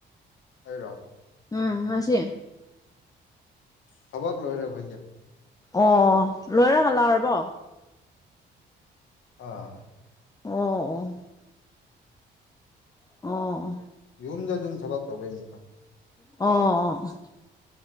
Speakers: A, on the left; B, on the left.
A: ꯑꯩꯔꯣ
B: ꯎꯝ ꯉꯁꯤ
A: ꯊꯥꯕꯛ ꯂꯣꯏꯔ <unintelligible>
B: ꯑꯣ ꯂꯣꯏꯔ ꯍꯜꯂꯥꯛꯔꯕꯣ?
A: ꯑꯥ꯫
B: ꯑꯣ ꯑꯣ ꯑꯣ ꯑꯣ
A: ꯌꯨꯝꯗ ꯑꯗꯨꯝ ꯊꯥꯕꯛ ꯇꯧꯋꯦ <unintelligible>
B: ꯑꯣ ꯑꯣ ꯑꯣ ꯑꯥ